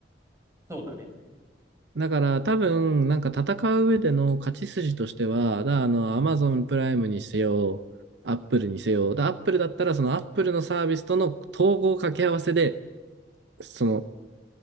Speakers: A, on the right; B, on the right.
A: そうだね。
B: だから多分、なんか戦う上での勝ち筋としては、だからあの、Amazon プライムにせよ、Apple にせよ、だ Apple だったらその Apple のサービスとの統合掛け合わせで、その、